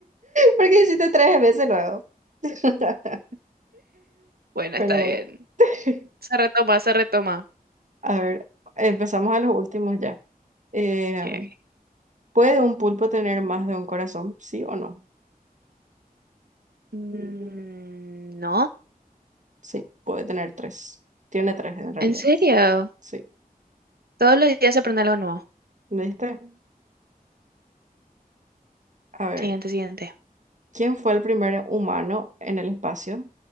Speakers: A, on the right (about 50°); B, on the right (about 80°).
A: Porque hiciste tres veces luego. <laughs>
B: Bueno,
A: Pero
B: está
A: bueno.
B: bien.
A: <laughs>
B: Se retoma, se retoma.
A: A ver, empezamos a los últimos ya. Eh,
B: Ok, ok.
A: ¿puede un pulpo tener más de un corazón? ¿Sí o no?
B: Mm,
A: Mm.
B: no,
A: Sí, puede tener tres. Tiene tres en realidad.
B: en serio.
A: Sí.
B: Todos los días se aprende algo nuevo.
A: ¿Viste? A ver,
B: Siguiente, siguiente.
A: ¿quién fue el primer humano en el espacio?